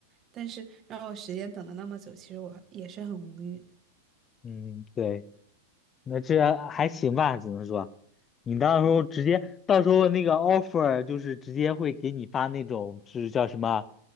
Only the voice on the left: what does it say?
嗯，对。那这还行吧，只能说，你到时候直接，到时候那个 offer 就是直接会给你发那种，是叫什么